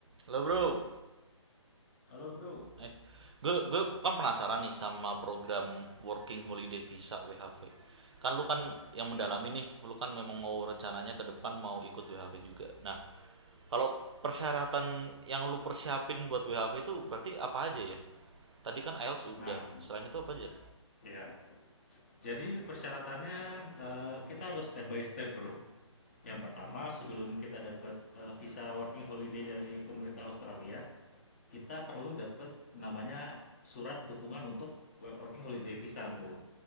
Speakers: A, on the right; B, on the left.
A: Halo bro.
B: Halo bro,
A: Eh, gue gue kan penasaran nih sama program Working Holiday Visa WHV. Kan lu kan yang mendalami
B: Ya.
A: nih, lu kan memang mau rencananya ke depan mau ikut WHV juga. Nah, kalau persyaratan yang lu persiapin buat WHV itu berarti apa aja ya? Tadi kan IELTS udah.
B: Nah,
A: Selain itu apa aja?
B: ya. Jadi persyaratannya eh, kita harus step by step, bro. Yang pertama, sebelum kita dapat eh, visa working holiday dari pemerintah Australia, kita perlu dapat namanya surat dukungan untuk working holiday visa, bro.